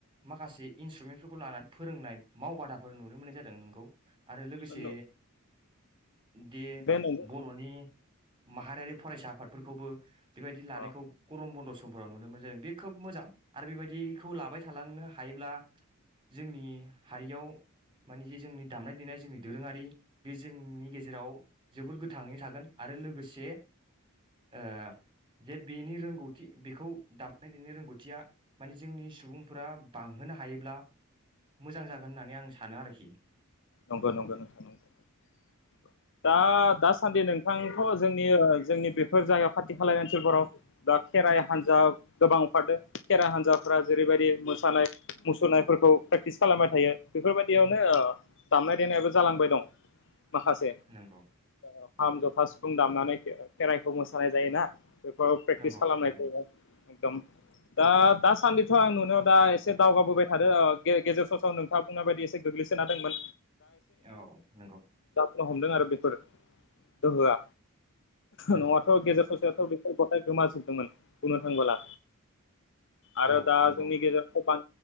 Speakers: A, on the right; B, on the left.
A: माखासे इन्ट्रुमेन्टफोरखौ लानानै फोरोंनाय मावबादाफोर नुनो मोननाय जादों नोंगौ आरो लोगोसे
B: अ
A: दे
B: बे नंगौ
A: बर'नि माहारियारि फरायसा आफादफोरखौबो बेबायदि लानायखौ
B: अ
A: गरम बन्द' स समफोराव नुनो मोनो जों बे खोब मोजां आरो बेबायदिखौ लाबाय थालांनो हायोब्ला जोंनि हारियाव मानि जे जोंनि दामनाय देनाय जोंनि दोरोङारि बे जोंनि गेजेराव जोबोर गोथाङै थागोन आरो लोगोसे ओ जे बेनि रोंगौथि बेखौ दामनाय देनाय रोंगौथिया माने जोंनि सुबुंफोरा बांहोनो हायोब्ला मोजां जागोन होननानै आं सानो आरोखि
B: नंगौ नंगौ नोंथां नंगौ। दा-दासान्दि नों थां थ' जोंनि जोंनि बेफोर जायगायाव खाथि खाला ओनसोलफोराव दा खेराइ हान्जा गोबां ओंखारदों खेराइ हान्जाफ्रा जेरैबायदि मोसानाय मुसुरनायफोरखौ प्रेक्टिस खालामबाय थायो बेफोरबायदियावनो ओ दामनाय देनायाबो जालांबाय दं। माखासे
A: नंगौ
B: औ खाम जथा सिफुं दामनानै खे-खेराइखौ मोसानाय जायोना बेफोराव प्रेक्टिस
A: नंगौ
B: खालामनाय
A: थारैनो
B: जायो। एकदम दा दासान्दिथ' आं नुनायाव दा एसे दावगाबोबाय थादों गेजेर स सम नोंथाङा बुंनाय बायदि एसे गोग्लैसोनो हादोंमोन।
A: औ नंगौ।
B: हमदों आरो बेफोर गोहोआ
A: नंगौ
B: न'आथ'
A: थारैनो
B: गेजेर ससेथ' गथाय गथाय गोमाजोबदोंमोन बुंनो थांबोला आरो
A: औ
B: दा
A: नंगौ
B: गेजेरावथ' बां